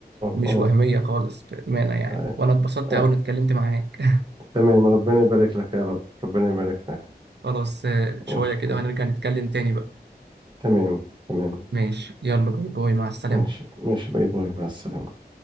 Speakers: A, on the right (about 85°); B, on the right (about 25°).
A: مش
B: اه
A: وهمية خالص بأمانة يعني
B: آه،
A: وأنا اتبسطت
B: آه،
A: أوي إني اتكلمت معاك
B: تمام ربنا يبارك لك يا رب ربنا يبارك لك
A: <laughs> خلاص شوية
B: ماشي
A: كده
B: ماشي
A: وهنرجع نتكلم تاني بقى
B: تمام تمام
A: ماشي يلا باي باي مع السلامة
B: ماشي ماشي باي باي مع السلامه